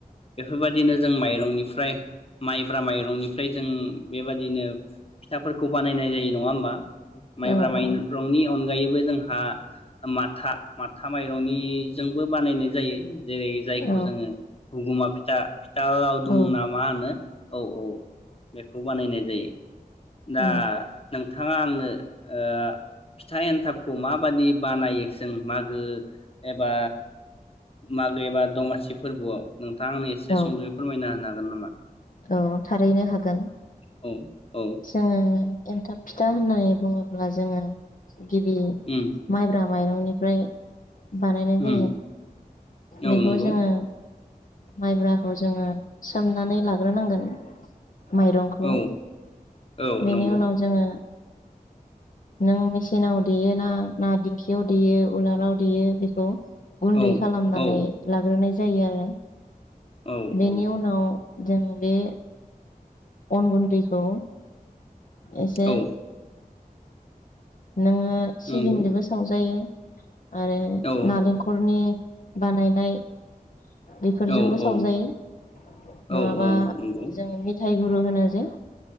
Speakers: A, on the left; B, on the left.
A: बेफोरबायदिनो जों माइरंनिफ्राय माइब्रा माइरं रंनिफ्राय जों बेबादिनो फिथाफोरखौ बानायनाय जायो नङा होमबा?
B: औ
A: माइब्रा
B: औ
A: माइरंनि अनगायै बो जोंहा माथा माथा माइरंनिजोंबो बानायनाय जायो। जेरै जायखौ
B: औ
A: जोङो हगुमा फिथा। फिथा लावदुम
B: औ
A: ना मा होनो औ औ। बे खुब बा बानायनाय जायो। दा
B: औ
A: नों नोंथाङा आंनो ओ फिथा एन्थाबखौ माबादि बानायो जों मागो एबा मागो एबा दमासि फोरबोआव। नोंथां आंनो एसे
B: औ
A: सुंदयै फोरमायना होनो गोन नामा?
B: औ थारैनो हाग गोन
A: औ औ
B: जोङो एन्थाब फिथा होननानै बुङोब्ला जोङो गिबि
A: उम
B: माइब्राम माइरंनिफ्राय बानायनाय जायो
A: उम औ
B: बेखौ
A: नंगौ
B: जोङो माइब्राखौ जोङो सोमनानै ला ग्रोम नांगोन। माइरंखौ
A: औ औ
B: बेनि
A: नंगौ
B: उनाव जोङो नों मेचिनाव देयोना ना दिंखियाव देयो उलाराव देयो बेखौ। गुन्दै
A: औ
B: खालामनानै
A: औ
B: लाग्रोनाय जायो आरो
A: औ
B: बेनि
A: औ
B: उनाव जों बे अन गुन्दैखौ एसे
A: औ
B: नोङो सिबिंजोंबो
A: नंगौ
B: सावजायो। आरो
A: औ
B: नालेंखरनि बानायनाय बेफोरजोंबो
A: औ औ
B: सावजायो
A: औ
B: नङाबा
A: नंगौ
B: जों मेथाइ गुरु होनो जे